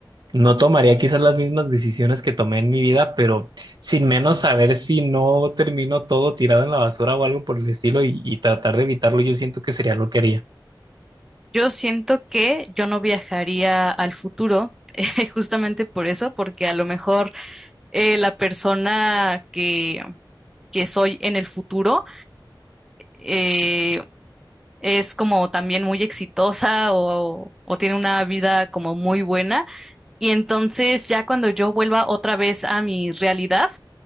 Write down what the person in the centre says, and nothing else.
Yo siento que yo no viajaría al futuro, <laughs> eh, justamente por eso, porque a lo mejor eh, la persona que, que soy en el futuro eh, es como también muy exitosa o, o tiene una vida como muy buena. Y entonces ya cuando yo vuelva otra vez a mi realidad,